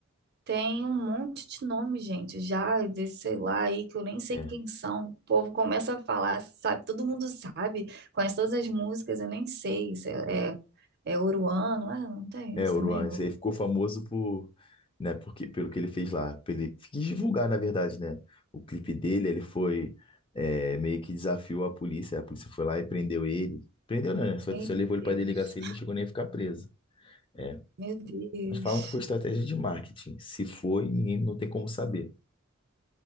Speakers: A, on the right (about 50°); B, on the left (about 25°).
A: tem um monte de nome, gente, já desse, sei lá, aí que eu nem sei
B: É,
A: quem são. O povo começa a falar, sabe? Todo mundo sabe, conhece todas as músicas, eu nem sei. se É, é, é Oruano, ah, não tem
B: é
A: isso
B: o
A: também?
B: Ruan, esse
A: Oru...
B: aí ficou famoso por, né, porque, pelo que ele fez lá. Pelo, ele quis divulgar, na verdade, né? O clipe dele, ele foi é, meio que desafiou a polícia. A polícia foi lá e prendeu ele. Prendeu, não, né? Só,
A: Ih,
B: só
A: meu
B: levou ele
A: Deus.
B: pra delegacia, ele não chegou nem a ficar preso. É.
A: Meu Deus.
B: Mas falam que foi estratégia de marketing. Se foi, ninguém não tem como saber.